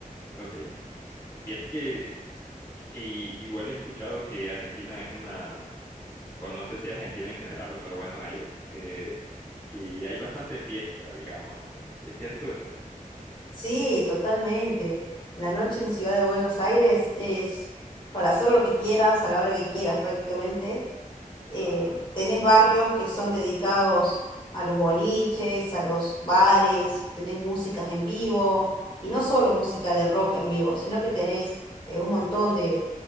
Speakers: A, on the left; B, on the left.
A: ok. Fíjate que i- igual he escuchado que Argentina es una o no sé si Argentina en general o solo Buenos Aires, que, que hay bastante fiesta, digamos. ¿Es cierto eso?
B: Sí, totalmente. La noche en Ciudad de Buenos Aires es para hacer lo que quieras, a la hora que quieras prácticamente. eh,
A: Ajá,
B: tenés barrios que son dedicados a los boliches, a los bares, tenés músicas
A: ok.
B: en vivo, y no solo música de rock en vivo, sino que tenés eh, un montón de